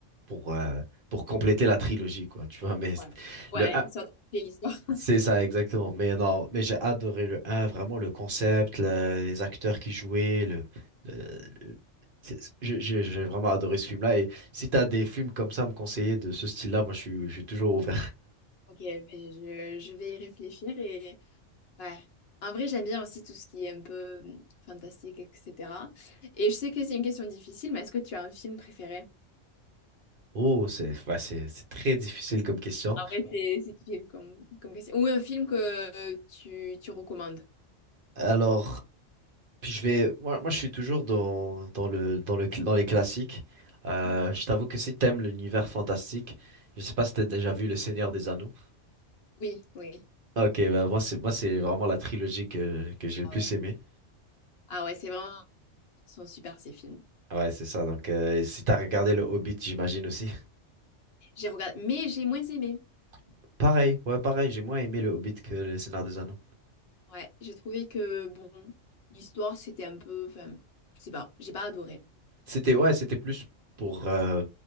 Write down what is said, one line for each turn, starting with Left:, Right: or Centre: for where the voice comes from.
Right: pour euh, pour compléter la trilogie, quoi. Tu vois, mais c't-
Left: Ouais. Ouais,
Right: le
Left: une sorte de l'histoire. <laughs>
Right: C'est ça, exactement. Mais non, mais j'ai adoré le un vraiment le concept, le- les acteurs qui jouaient, le, le- le- c'est- j'ai j'ai- j'ai vraiment adoré ce film-là. Et si t'as des films comme ça à me conseiller de ce style-là, moi je suis, je suis toujours ouvert.
Left: Ok, mais je, je vais y réfléchir et ouais. En vrai, j'aime bien aussi tout ce qui est un peu hum, fantastique, etc. Et je sais que c'est une question difficile, mais est-ce que tu as un film préféré?
Right: Oh, c'est, ouais, c'est, c'est très difficile comme question.
Left: En vrai, c'est c'est difficile comme, comme question. Ou un film que euh, tu, tu recommandes.
Right: Alors, puis je vais, moi, moi je suis toujours dans, dans le, dans le, cl- dans les classiques. Euh,
Left: Mhm.
Right: je t'avoue que si t'aimes l'univers fantastique, je sais pas si t'as déjà vu Le Seigneur des Anneaux.
Left: Oui, oui.
Right: Ok, bah moi c'est, moi c'est vraiment la trilogie que, que j'ai le
Left: Ah
Right: plus
Left: ouais.
Right: aimé.
Left: Ah ouais, c'est vraiment, ils sont super ces films.
Right: Ouais, c'est ça. Donc, euh, si t'as regardé le Hobbit, j'imagine aussi.
Left: J'ai regardé, mais j'ai moins aimé.
Right: <laughs> Pareil, ouais, pareil. J'ai moins aimé le Hobbit que le Seigneur des Anneaux.
Left: Ouais, j'ai trouvé que, bon, l'histoire, c'était un peu... Enfin, je sais pas, j'ai pas adoré.
Right: C'était, ouais, c'était plus pour, euh,